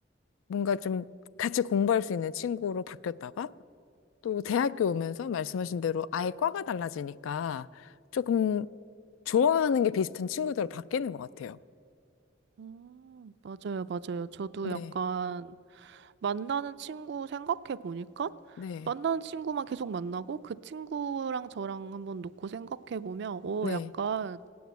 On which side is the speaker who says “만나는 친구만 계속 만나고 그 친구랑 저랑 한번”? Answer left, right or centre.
Right